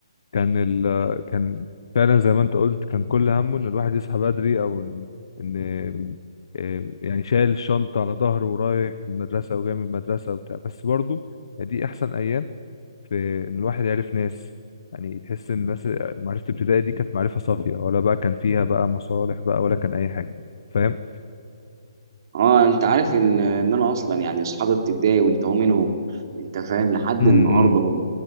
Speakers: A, on the left; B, on the right.
A: كان ال... كان فعلا زي ما انت قلت كان كل همه ان الواحد يصحى بدري او ان إن- إيه، يعني شايل الشنطه على ظهره ورايح المدرسه وجاي من المدرسه وبتاع بس برضه دي احسن ايام في ان الواحد عرف ناس يعني تحس ان الناس معرفة الابتدائي دي كانت معرفة صافية ولا بقى كان فيها بقى مصالح بقى ولا كان اي حاجة فاهم
B: اه انت عارف ان ان انا اصلا يعني اصحاب ابتدائي وانت هو منهم انت فاهم لحد
A: امم
B: النهارده هم